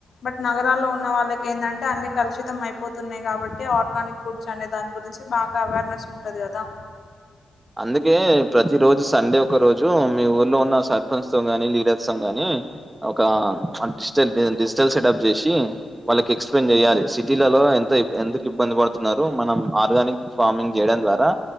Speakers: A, on the left (about 55°); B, on the right (about 15°).
A: బట్ నగరాల్లో ఉన్న వ వాళ్ళకి ఏందంటే అన్ని కలుషిం అయి పోతున్నాయి కాబట్టి ఆర్గానిక్ ఫుడ్స్ అనే దాని గురించి బాగా అవేర్నెస్ ఉంటది కదా
B: అందుకే ప్రతి రోజు సండే ఒక రోజు మీ ఊర్లో ఉన్న సర్పంచ్ తో గాని లీడర్ తోన్ గాని ఒక ఆ డిజిటల్ డిజిటల్ సెటప్ చేసి వాళ్ళకి ఎక్స్ప్లెయిన్ చేయాలి సిటీల లో ఎంత ఎందుకు ఇబ్బంది పడుతున్నారు మనం ఆర్గానిక్ ఫార్మింగ్ చేయడం ద్వారా